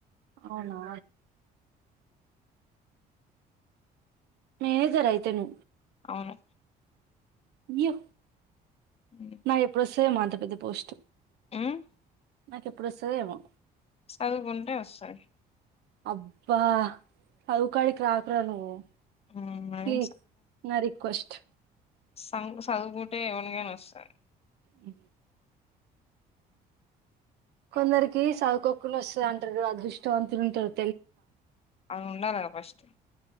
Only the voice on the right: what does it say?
అవునా మేనేజర్ అయితే ను
వ్యూ
నా ఎప్పుడు వస్తాయేమో అంత పెద్ద పోస్ట్.
నాకు ఎప్పుడొస్తాదో ఏమో
అబ్బా చదువు కాడికి రాక్ర నువ్వు
ప్లీజ్ నా రిక్వెస్ట్
ఉ కొందరికి సాగుకోకుడా వస్తుంది అంటారు కదా అదృష్టవంతులుంటారు.